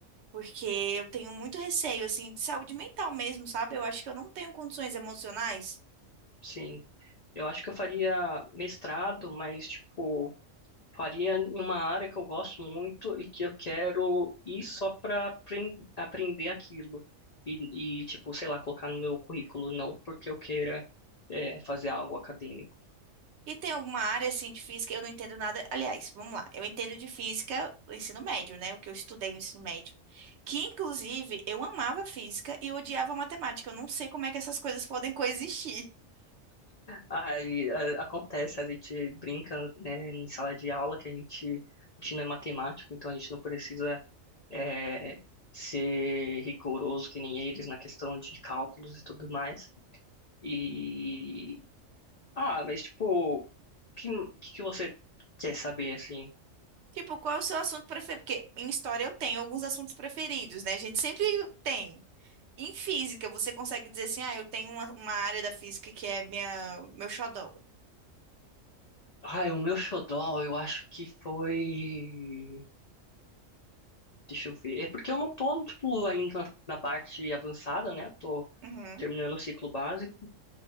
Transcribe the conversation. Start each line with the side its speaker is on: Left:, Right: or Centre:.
Right: Porque eu tenho muito receio, assim, de saúde mental mesmo, sabe? Eu acho que eu não tenho condições emocionais.
Left: Sim, eu acho que eu faria mestrado, mas, tipo, faria em uma área que eu gosto muito e que eu quero ir só pra apren- aprender aquilo. E, e, tipo, sei lá, colocar no meu currículo, não porque eu queira, eh, fazer algo acadêmico.
Right: E tem alguma área, assim, de física, eu não entendo nada. Aliás, vamos lá. Eu entendo de física o ensino médio, né? O que eu estudei no ensino médio. Que, inclusive, eu amava física e odiava matemática. Eu não sei como é que essas coisas podem coexistir.
Left: Aí, a- acontece, a gente brinca, né, em sala de aula que a gente, a gente não é matemático, então a gente não precisa é, ser rigoroso que nem eles na questão de cálculos e tudo mais. E ah, mas tipo, o que, que que você quer saber assim?
Right: Tipo, qual é o seu assunto preferido? Porque em história eu tenho alguns assuntos preferidos, né? A gente sempre tem. Em física, você consegue dizer assim, ah, eu tenho uma, uma área da física que é minha, meu xodó.
Left: Ah, o meu xodó, eu acho que foi. Deixa eu ver. É porque eu não tô, tipo, ainda na na parte avançada, né? Eu tô
Right: Uhum,
Left: terminando o ciclo básico.